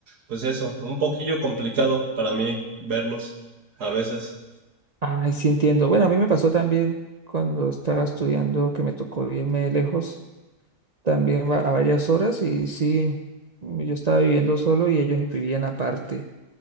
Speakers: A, on the right; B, on the right.
A: pues eso, un poquillo complicado para mí verlos a veces.
B: Ay, sí entiendo. Bueno, a mí me pasó también cuando estaba estudiando que me tocó irme lejos también va- a varias horas y sí, yo estaba viviendo solo y ellos vivían aparte.